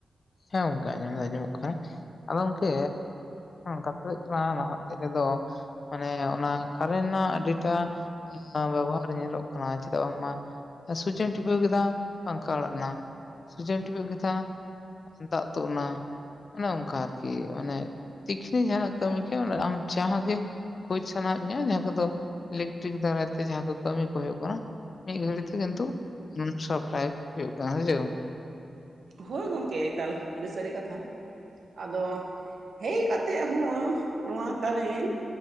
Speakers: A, on the left; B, on the right.
A: ᱦᱮᱸ ᱜᱚᱝᱠᱮ ᱟᱸᱡᱚᱢ ᱫᱚ ᱟᱸᱡᱚ ᱢᱚᱜ ᱠᱟᱱᱟ᱾ ᱟᱫᱚ ᱜᱚᱝᱠᱮ ᱠᱟᱛᱷᱟ ᱦᱩᱭᱩᱜ ᱠᱟᱱᱟ᱾ ᱱᱟᱦᱟᱜ <unintelligible> ᱨᱮ ᱫᱚ ᱢᱟᱱᱮ ᱚᱱᱟ ᱠᱟᱨᱮᱱ ᱨᱮᱱᱟᱜ ᱟᱹᱰᱤᱴᱟ ᱵᱮ ᱵᱚᱦᱟᱨ ᱧᱮᱞᱚᱜ ᱠᱟᱱᱟ ᱪᱮᱫᱟᱜ ᱵᱟᱝ ᱢᱟ ᱥᱩᱡᱮᱱ ᱴᱤᱯᱤᱣ ᱠᱮᱫᱟ ᱯᱟᱝᱠᱷᱟ ᱚᱲᱟᱜ ᱮᱱᱟ ᱥᱩᱡᱮᱱ ᱴᱤᱯᱟᱹ ᱠᱮᱫᱟ ᱫᱟᱜ ᱛᱳᱫ ᱱᱟ᱾ ᱚᱱᱮ ᱚᱱᱠᱟ ᱟᱨᱠᱤ ᱢᱟᱱᱮ ᱛᱤᱠᱱᱤ ᱡᱟᱦᱟᱸᱱᱟᱜ ᱠᱟᱹᱢᱤ ᱠᱮ ᱟᱢ ᱡᱟᱦᱟᱸᱜ ᱜᱮ ᱠᱷᱳᱡᱽ ᱥᱟᱱᱟ ᱭᱮᱫ ᱢᱮᱭᱟ ᱚᱱᱟ ᱠᱚ ᱫᱚ ᱤᱞᱮᱠᱴᱨᱤᱠ ᱫᱟᱨᱟᱭ ᱛᱮ ᱡᱟᱦᱟᱸ ᱠᱚ ᱠᱟᱹᱢᱤ ᱠᱚ ᱦᱩᱭᱩᱜ ᱠᱟᱱᱟ᱾ ᱢᱤᱫ ᱜᱷᱲᱤᱡ ᱛᱮ ᱠᱤᱱᱛᱩ ᱥᱟᱯᱞᱟᱭ ᱦᱩᱭᱩᱜ ᱠᱟᱱᱟ ᱜᱚᱝᱠᱮ᱾
B: ᱦᱳᱭ ᱜᱚᱝᱠᱮ ᱮᱠᱟᱞ ᱟᱹᱰᱤ ᱥᱟᱹᱨᱤ ᱠᱟᱛᱷᱟ᱾ ᱟᱫᱚ ᱦᱮᱭ ᱠᱟᱛᱮᱫ ᱦᱚᱸ ᱱᱚᱶᱟ ᱯᱟᱨᱤ